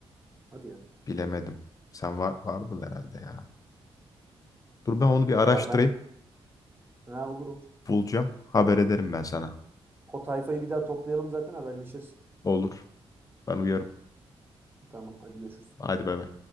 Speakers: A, on the right (about 20°); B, on the left (about 35°).
A: Hadi ya.
B: bilemedim. Sen var, vardın herhalde ya. Dur ben onu bir araştırayım.
A: Ya ben ha olur olur.
B: Bulacağım. Haber ederim ben sana.
A: O tayfayı bir daha toplayalım zaten haberleşiriz.
B: Olur. Ben uyarım.
A: Tamam hadi görüşürüz.
B: Hadi bay bay.